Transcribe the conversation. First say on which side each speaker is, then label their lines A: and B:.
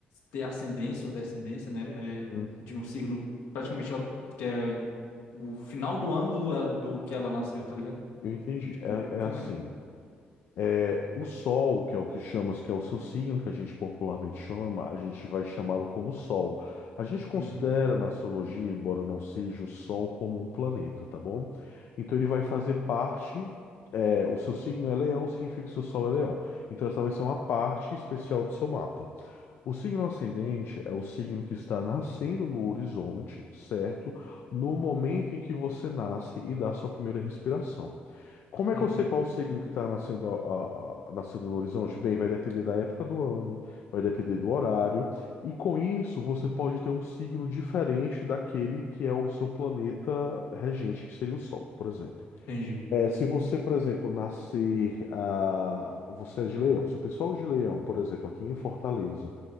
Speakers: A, on the left; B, on the left.
A: ter ascendência ou descendência, né, é,
B: Hum.
A: de um signo praticamente ó, que é o final do ano do, é, do que ela nasceu, tá ligado?
B: Eu entendi.
A: Tipo,
B: É,
A: como
B: é assim.
A: é?
B: É, o Sol, que é o que chamamos, que é o seu signo, que a gente popularmente chama, a gente vai chamá-lo como Sol. A gente considera
A: Uhum,
B: na astrologia, embora não seja o Sol, como um planeta, tá bom? Então ele vai fazer parte, é, o seu signo é Leão, significa que o seu Sol é Leão. Então essa vai ser uma parte especial do seu mapa. O signo ascendente é o signo que está nascendo no horizonte, certo? No momento em que você nasce e dá sua primeira respiração. Como é
A: uhum,
B: que eu sei qual o signo que está nascendo, a- a- nascendo no horizonte? Bem, vai depender da época do ano, vai depender do horário, e com isso você pode ter um signo diferente daquele que é o seu planeta regente, que seria o Sol, por exemplo.
A: entendi.
B: É, se você, por exemplo, nascer, ah, você é de Leão, se o pessoal de Leão, por exemplo, aqui em Fortaleza,